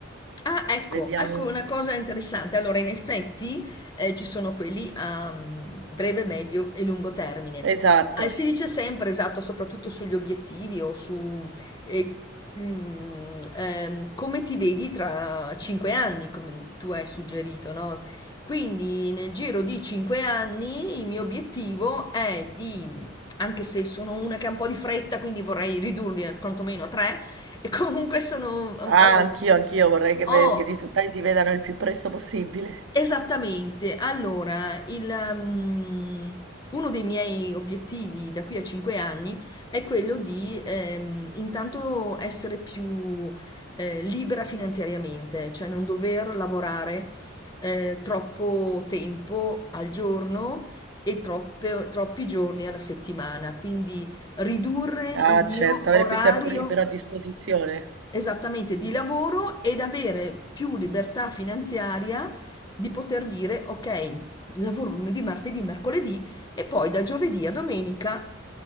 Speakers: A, on the left (about 20°); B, on the right (about 65°).
A: Ah, ecco,
B: Vediamo.
A: ecco una cosa interessante. Allora, in effetti eh, ci sono quelli a mm, breve, medio e lungo termine.
B: Esatto.
A: Eh, si dice sempre, esatto, soprattutto sugli obiettivi o su eh, mm, ehm, come ti vedi tra cinque anni, come tu hai suggerito, no? Quindi nel giro di cinque anni il mio obiettivo è di, anche se sono una che ha un po' di fretta, quindi vorrei ridurli a- quantomeno a tre, <laughs> e comunque sono... ho-
B: Ah, anch'io, anch'io vorrei che ve-
A: Oh,
B: i risultati si vedano il più presto possibile.
A: esattamente. Allora, il, um, uno dei miei obiettivi da qui a 5 anni è quello di ehm, intanto essere più eh, libera finanziariamente, cioè non dover lavorare eh, troppo tempo al giorno e troppe- troppi giorni alla settimana, quindi ridurre il
B: Ah,
A: mio
B: certo,
A: orario.
B: avere più tempo libero a disposizione.
A: Esattamente, di lavoro ed avere più libertà finanziaria di poter dire ok, lavoro lunedì, martedì, mercoledì e poi da giovedì a domenica